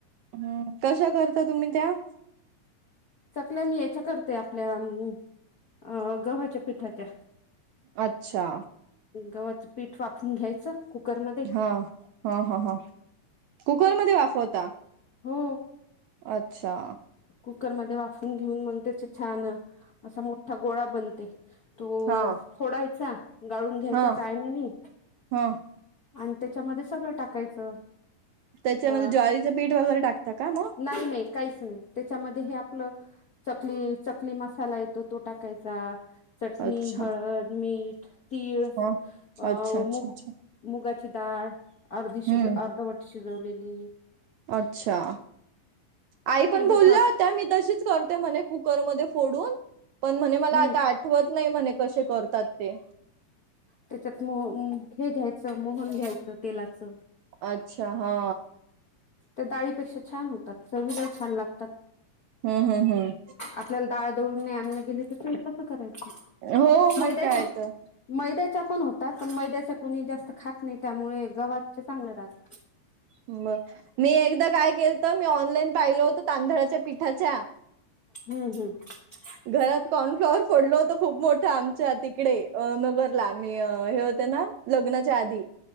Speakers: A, on the right; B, on the left.
A: हम्म कशा करता तुम्ही त्या?
B: चकल्या मी याच्या करते आपल्या अ गव्हाच्या पिठाच्या.
A: अच्छा
B: गव्हाच पीठ वाफवून घ्यायचं. कुकरमध्ये
A: हा हा ह ह कुकरमध्ये वाफवता?
B: हो.
A: अच्छा.
B: कुकरमध्ये वाफवून घेऊन मग त्याचे छान असा मोठा गोळा बनते. तो
A: हा
B: फोडायचा गाळून घ्यायचा
A: हा
B: चाळणीनी.
A: हा
B: आण त्याच्यामध्ये सगळं टाकायचं.
A: त्याच्यामध्ये
B: अ
A: ज्वारीचं पीठ वगैरे टाकतात का म?
B: नाही नाही काहीच नाही. त्याच्यामध्ये हे आपलं चकली चकली मसाला येतो तो टाकायचा. चटणी
A: अच्छा
B: हळद मीठ तीळ
A: हा
B: अ
A: अच्छा अच्छा
B: मुग
A: अच्छा
B: मुगाची डाळ अर्धी शिज
A: हम्म
B: अर्धवट शिजवलेली.
A: अच्छा आई
B: हा
A: पण बोलल्या
B: जस
A: होत्या मी तशीच करते म्हणे कुकरमध्ये फोडून पण म्हणे मला
B: हम्म
A: आता आठवत नाही म्हणे कसे करतात ते
B: त्याच्यात मो हे घ्यायचं मोहन घ्यायचं तेलाचं.
A: अच्छा हा.
B: त्या डाळीपेक्षा छान होतात चवीला छान लागतात.
A: हम हम हम.
B: आपल्याला दाळ दळून नाही आणलं गेली तर ते तसं करायचं
A: हो
B: मैद्याच्या?
A: मग काय तर
B: मैद्याच्या पण होतात पण मैद्याच्या कोणी जास्त खात नाही त्यामुळे गव्हाच चांगलं राहतं.
A: मग मी एकदा काय केलतं मी ऑनलाईन पाहिलं होत तांदळाच्या पीठ ठच्या
B: हम्म <inaudible>
A: घरात कॉर्नफ्लॉवर पडलं होतं खूप मोठं आमच्यात तिकडे नगरला आणि हे होत्या ना लग्नाच्या आधी.